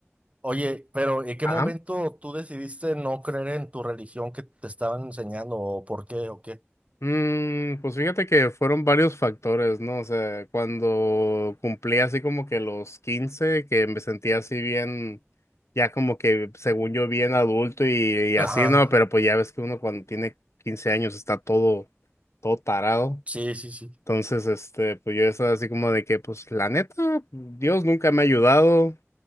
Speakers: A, on the right; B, on the left.
A: Oye, pero ¿en qué
B: Ajá.
A: momento tú decidiste no creer en tu religión que te estaban enseñando o por qué o qué?
B: Mm, pues fíjate que fueron varios factores, ¿no? O sea, cuando cumplí así como que los 15 que me sentía así bien, ya como que según yo bien adulto y, y así,
A: Ajá,
B: ¿no? Pero pues ya ves que uno cuando tiene 15 años está todo, todo tarado.
A: sí, sí, sí.
B: Entonces, este, pues yo estaba así como de que, pues la neta, Dios nunca me ha ayudado,